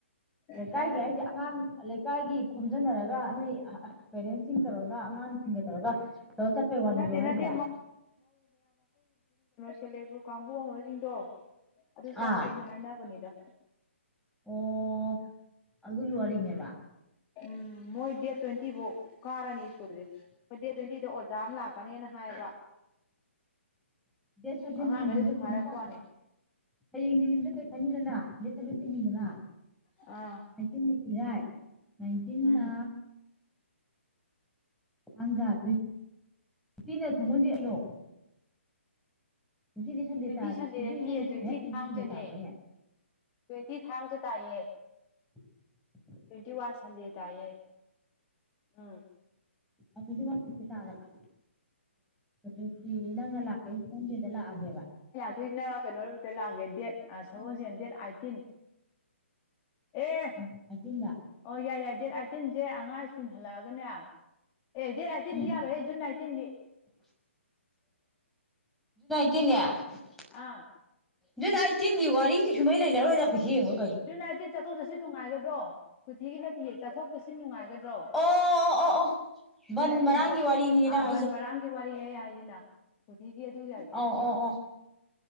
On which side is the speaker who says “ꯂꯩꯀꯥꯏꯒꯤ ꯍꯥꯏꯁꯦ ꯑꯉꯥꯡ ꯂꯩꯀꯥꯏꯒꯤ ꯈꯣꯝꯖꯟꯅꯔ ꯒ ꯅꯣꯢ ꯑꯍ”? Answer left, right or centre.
Centre